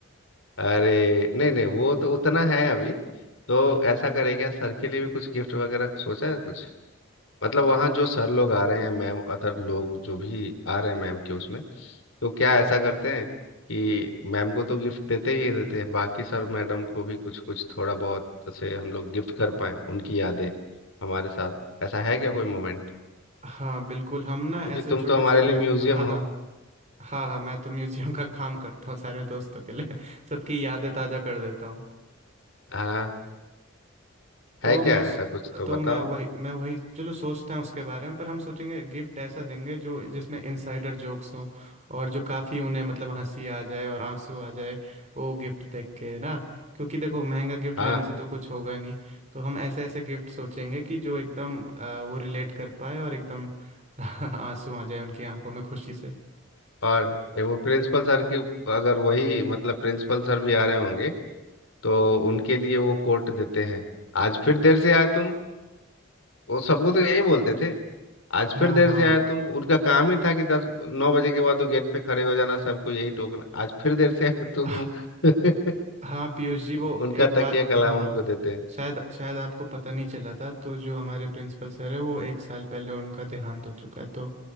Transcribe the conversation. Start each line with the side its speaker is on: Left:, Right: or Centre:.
Left: अरे नहीं नहीं वो तो उतना है अभी तो ऐसा करे क्या सर के लिए भी कुछ गिफ्ट वगैरह सोचा है कुछ मतलब वहाँ जो सर लोग आ रहे हैं मैम अदर लोग जो भी आ रहे हैं मैम के उसमें तो क्या ऐसा करते हैं कि मैम को तो गिफ्ट देते ही देते हैं बाकी सर मैडम को भी कुछ कुछ थोड़ा बहुत जैसे हम लोग गिफ्ट कर पाए उनकी यादें हमारे साथ ऐसा है क्या कोई मोमेंट
Right: हाँ बिल्कुल हम ना
Left: क्योंकि
Right: ऐसे
Left: तुम
Right: छोटे
Left: तो हमारे
Right: छोटे
Left: लिए म्यूजियम
Right: हाँ हाँ
Left: हो
Right: हाँ हाँ मैं तो म्यूजियम का काम करता हूँ सारे दोस्तों के लिए सबकी यादें ताज़ा कर देता हूँ
Left: हाँ
Right: तो
Left: है क्या
Right: मैं
Left: ऐसा कुछ तो
Right: तो
Left: बताओ
Right: मैं वही मैं वही चलो सोचते हैं उसके बारे में पर हम सोचेंगे गिफ्ट ऐसा देंगे जो जिसमें इनसाइडर जोक्स हों और जो काफ़ी उन्हें मतलब हंसी आ जाए और आंसू आ जाए वो गिफ्ट देख के ना क्योंकि देखो महंगा गिफ्ट
Left: हाँ
Right: लेने से तो कुछ होगा नहीं तो हम ऐसे ऐसे गिफ्ट सोचेंगे कि जो एकदम आ, वो रिलेट कर पाए और एकदम <laughs> आंसू आ जाए उनकी आंखों में खुशी से
Left: और ये वो प्रिंसिपल सर की अगर वही मतलब प्रिंसिपल सर भी आ रहे होंगे तो उनके लिए वो कोट देते हैं आज फिर देर से आए तुम वो सबको तो यही बोलते थे आज
Right: हाँ
Left: फिर देर
Right: हाँ
Left: से आए तुम उनका काम ही था कि दस नौ बजे के बाद वो गेट पे खड़े हो जाना सबको यही टोकना आज फिर देर से आए तुम
Right: हाँ
Left: <laughs>
Right: हाँ पीयूष जी वो
Left: उनका
Right: एक बात
Left: तकिया कलाम
Right: हाँ हाँ
Left: उनको देते हैं
Right: शायद शायद आपको पता नहीं चला था तो जो हमारे प्रिंसिपल सर है वो एक साल पहले उनका देहांत हो चुका है तो